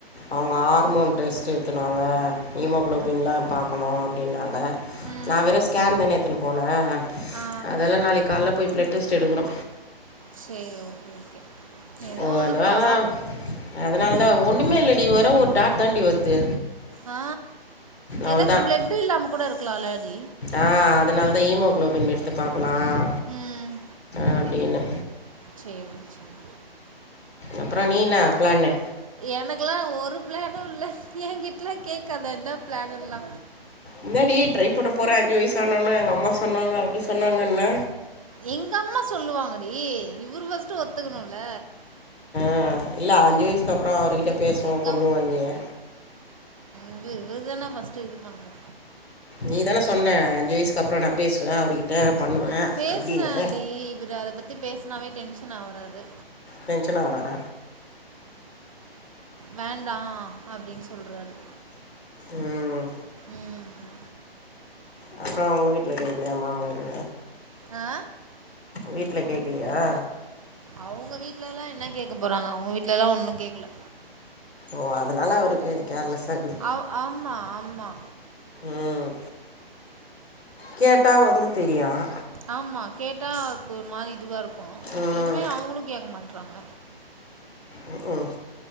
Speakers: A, on the left (about 85°); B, on the right (about 35°).
A: அவங்க ஹார்மோ டெஸ்டு எடுத்துனுவாங்க ஹிமோகுளோபின்லாம் பாக்கணும் அப்படின்னாங்க
B: ம்
A: நான் வெறும் ஸ்கேன் தான எடுத்துன்னு போனே
B: ஆ
A: அதெல்லா நாளைக்கு காலயில போய் பிளட் டெஸ்ட் எடுக்கனோ
B: செரி ஓகே ஓகே ஏதோ
A: ஓ
B: உன்ன
A: அதனால
B: பார்
A: அதனால தா ஒண்ணுமே இல்லடி வர ஒரு டாட் தாண்டி வருது
B: ஆ
A: அவள்
B: ஏதாச்சும்
A: தான்
B: பிளட்டு இல்லாம கூட இருக்கலாம்லடி
A: ஆ அதனால தான் ஹமோகுளோபின் எடுத்து பாக்கலாம்
B: ம்
A: அப்டினு
B: செரி செரி
A: அப்புற நீஎன்னா ப்ளானு
B: எனக்குல்லா ஒரு பிளானும் இல்ல என்கிட்டலா கேக்காத என்ன பிளானு எல்லா
A: என்னாடி ட்ரை பண்ண போறே அஞ்சு வயசான ஒனே எங்க அம்மா சொன்னாங்க அப்டி சொன்னாங்கன்ன
B: எங்க அம்மா சொல்லுவாங்கடி இவரு ஃபர்ஸ்ட்டு ஒத்துக்கணும்ல
A: ஆ இல்ல அஞ்சு வயசுக்கு அப்புறம் அவர்கிட்ட பேசுவோ
B: எங்க
A: கொல்லுவோ நீயே
B: இங்க இவர் தான ஃபர்ஸ்ட்டு இது பண்ணோ
A: நீதான சொன்ன அஞ்சு வயசுக்கு அப்புறம் நான் பேசுவே அவர்கிட்ட பண்ணுவேன்
B: பேசுனேண்டி
A: அப்படின்னு
B: இவரு அத பத்தி பேசுனாவே டென்ஷன் ஆவுராரு
A: டென்ஷன் ஆவுறாற
B: வேண்டா அப்டின்னு சொல்றாரு
A: ம்,
B: ம்
A: அப்புறம் அவங்க வீட்டுல கேட்க்கலயா மாமியார்
B: ஆ
A: வீட்டுல கேக்கலயா
B: அவங்க வீட்ல எல்லா என்ன கேட்க போறாங்க அவங்க வீட்டு்ல எல்லாம் ஒன்னும் கேக்கல
A: ஓ அதனால அவருக்கு கேர்லெஸ் ஆகுது
B: ஔ ஆமா ஆமா
A: ம் கேட்டா வந்து தெரியும்
B: ஆமா கேட்டா அதுக்கு ஒரு மாதிரி இதுவாக இருக்கும்
A: ம்,
B: எதுவுமே அவங்களும் கேக்க மாட்றாங்க
A: ம் ம்